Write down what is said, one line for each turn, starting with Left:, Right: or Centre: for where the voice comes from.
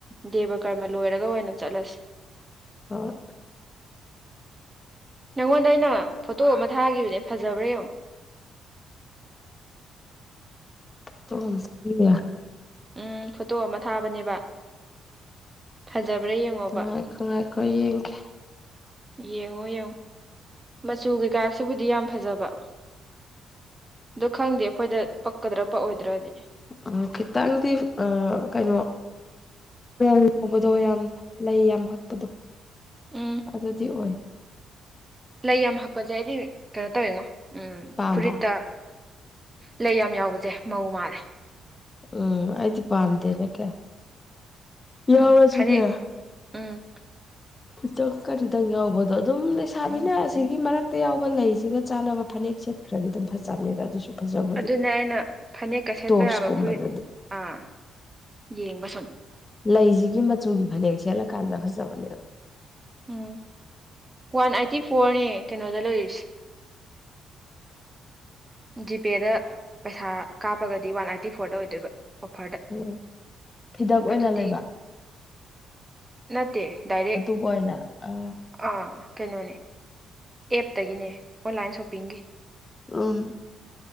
Right: ꯗꯦꯕ ꯀꯔꯃ ꯂꯣꯏꯔꯒ ꯑꯣꯏꯅ ꯆꯠꯂꯁꯤ꯫
Left: ꯍꯣꯏ
Right: ꯅꯪꯉꯣꯟꯗ ꯑꯩꯅ ꯐꯣꯇꯣ ꯑꯃ ꯊꯥꯒꯤꯈꯤꯕꯅꯦ ꯐꯖꯕ꯭ꯔꯥ ꯌꯦꯡꯉꯣ꯫
Left: <unintelligible>
Right: ꯎꯝ ꯐꯣꯇꯣ ꯑꯃ ꯊꯥꯕꯅꯦꯕ ꯐꯖꯕ꯭ꯔꯥ ꯌꯦꯡꯉꯣꯕ
Left: ꯉꯥꯏꯈꯣ ꯉꯥꯏꯈꯣ ꯌꯦꯡꯒꯦ
Right: ꯌꯦꯡꯉꯣ- ꯌꯦꯡꯉꯣ ꯃꯆꯨ ꯀꯩꯀꯥ ꯁꯤꯕꯨꯗꯤ ꯌꯥꯝ ꯐꯖꯕ ꯗꯣ ꯈꯪꯗꯦ ꯑꯈꯣꯏꯗ ꯄꯛꯀꯗ꯭ꯔꯥ ꯄꯛꯑꯣꯏꯗ꯭ꯔꯗꯤ꯫
Left: ꯎꯝ ꯈꯤꯇꯪꯗꯤ ꯑ ꯀꯩꯅꯣ ꯂꯧꯕꯗꯣ ꯌꯥꯝ ꯂꯩ ꯌꯥꯝ ꯍꯛꯄꯗꯣ
Right: ꯎꯝ
Left: ꯑꯗꯨꯗꯤ ꯑꯣꯏ
Right: ꯂꯩ ꯌꯥꯝ ꯍꯛꯄꯖꯦ ꯑꯩꯗꯤ ꯀꯩꯅꯣ ꯇꯧꯋꯦꯉꯣ ꯎꯝ
Left: ꯄꯥꯝꯕ
Right: ꯐꯨꯔꯤꯠꯇ ꯂꯩ ꯌꯥꯝ ꯌꯥꯎꯕꯖꯦ ꯃꯧ ꯃꯥꯜꯂꯦ꯫
Left: ꯎꯝ ꯑꯩꯗꯤ ꯄꯥꯝꯗꯦꯗ ꯀꯌꯥ꯫ ꯌꯥꯎꯔꯁꯨꯅꯦ
Right: ꯎꯝ ꯐꯅꯦꯛ ꯎꯝ
Left: ꯈꯤꯇꯪ ꯀꯔꯤꯇꯪ ꯌꯥꯎꯕꯗꯣ ꯑꯗꯨꯝ ꯂꯩꯁꯥꯕꯤꯅ ꯑꯁꯤꯒꯤ ꯃꯔꯛꯇ ꯌꯥꯎꯕ ꯂꯩꯁꯤꯒ ꯆꯥꯅꯕ ꯐꯅꯦꯛꯁꯦ ꯈꯔꯗꯤ ꯑꯗꯨꯝ ꯐꯖꯕꯅꯦꯗ ꯑꯗꯨꯁꯨ ꯐꯖꯕꯨꯗꯤ
Right: ꯑꯗꯨꯅꯦ ꯑꯩꯅ ꯐꯅꯦꯛꯀ ꯁꯦꯠꯄ
Left: ꯇꯣꯞꯁꯀꯨꯝꯕꯗꯗꯤ
Right: ꯌꯥꯕ ꯐꯨꯔꯤꯠ ꯑꯥ ꯌꯦꯡꯕ ꯁꯨꯝ
Left: ꯂꯩꯁꯤꯒꯤ ꯃꯆꯨꯒꯤ ꯐꯅꯦꯛ ꯁꯦꯠꯂꯀꯥꯟꯗ ꯐꯖꯕꯅꯦꯕ
Right: ꯎꯝ ꯋꯥꯟ ꯑꯥꯏꯠꯇꯤ ꯐꯣꯔꯅꯦ ꯀꯩꯅꯣꯗ ꯂꯩꯔꯤꯁꯦ꯫ ꯖꯤꯄꯦꯗ ꯄꯩꯁꯥ ꯀꯥꯞꯄꯒꯗꯤ ꯋꯥꯟ ꯑꯥꯏꯇꯤ ꯐꯣꯔꯗ ꯑꯣꯏꯗꯣꯏꯕ꯫ ꯑꯣꯐꯔꯗ
Left: ꯎꯝ ꯐꯤꯗꯛ ꯑꯣꯏꯅ
Right: ꯑꯗꯨꯗꯤ
Left: ꯂꯩꯕ
Right: ꯅꯠꯇꯦ ꯗꯥꯏꯔꯦꯛ
Left: ꯑꯗꯨꯒ ꯑꯣꯏꯅ ꯑꯥ
Right: ꯑꯥ ꯀꯩꯅꯣꯅꯦ ꯑꯦꯞꯇꯒꯤꯅꯦ ꯑꯣꯟꯂꯥꯏꯟ ꯁꯣꯞꯄꯤꯡꯒꯤ
Left: ꯎꯝ